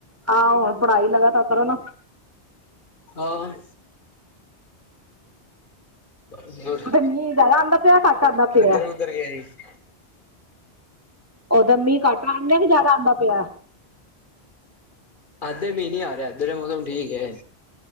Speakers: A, on the right (about 15°); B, on the left (about 50°).
A: ਆਹੋ ਹੋਰ ਪੜਾਈ ਲਗਾਤਾਰ ਕਰੋ ਨਾ।
B: ਹਾਂ। ਬਸ
A: ਉਥੇ ਮੀਂਹ ਜ਼ਿਆਦਾ ਆਉਂਦਾ ਪਿਆ ਘੱਟ ਆਉਂਦਾ
B: ਇਧਰ-ਉਧਰ
A: ਪਿਆ
B: ਗਏ ਸੀ।
A: ਉਹਦਰ ਮੀਂਹ ਕੱਟ ਆਣਡਿਆ ਸੀ ਵੀ ਜ਼ਿਆਦਾ ਆਉਂਦਾ ਪਿਆ।
B: ਐਹਦਰ ਮੀਂਹ ਨੀ ਆ ਰਿਹਾ ਐਹਦਰ ਮੌਸਮ ਠੀਕ ਹੈ।